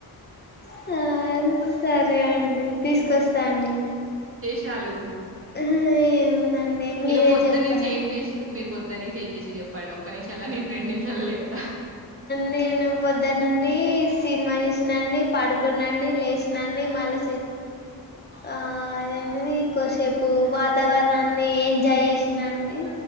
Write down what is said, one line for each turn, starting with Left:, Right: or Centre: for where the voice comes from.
Left: సార్ సరే అండి తీసుకొస్తా అండి.
Right: చాలు.
Left: ఆహ్ ఏ. ఏందండి మీరే
Right: ఈరోజు పొద్దున్నుంచి
Left: చెప్పాండి.
Right: ఏం జేసిర్రు? మీరు పొద్దున్నుంచి ఏం చేసిండ్రు చెప్పండి ఒక్క నిమిషాల నేను రెండు నిమిషాలో చేపుతా.
Left: నేను పొద్దున్న నుండి సినిమా చుసినాండి. పడుకున్నాండి లేచినాండి మళ్ళా ఆహ్ ఏంటిది కొంసేపు వాతావరణాన్ని ఎంజాయ్ చేసినండి.